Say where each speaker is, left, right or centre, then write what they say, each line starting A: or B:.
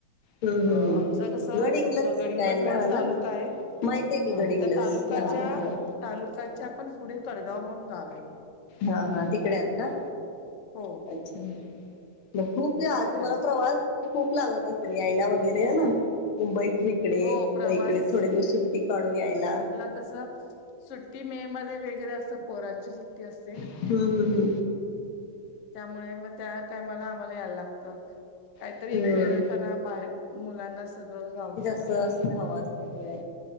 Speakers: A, on the left; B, on the left.
A: हम्म
B: अ
A: हम्
B: आमचं कसं
A: गडहिंग्लज
B: गडिंग्लज
A: काय
B: म्हणून
A: ना
B: तालुका आहे
A: माहिती आहे की
B: हा
A: गडहिंग्लज
B: त्या तालुकाच्या
A: ला हो
B: तालुकाच्या पण पुढे कडगाव म्हणून गाव आहे
A: हा हा तिकडे आहेत का
B: हो
A: अच्छा मग खूप या
B: तिकडे
A: तुम्हाला
B: असत
A: प्रवास खूप लागत असेल यायला वगैरे ना मुंबईत इकडे
B: हो प्रवास
A: व इकडे थोडे दिवस सुट्टी काढून यायला
B: कस सुट्टी मे मध्ये वगैरे अस पोरांची सुट्टी असते
A: हम्म हम्म
B: त्यामुळे मग त्या टायमाला आम्हाला यायला लागत काहीतरी
A: हम्म
B: एक
A: हम्म
B: वेगळेपणा बाहेर मुलांना सगळं गावच
A: स असत हवा असते हवे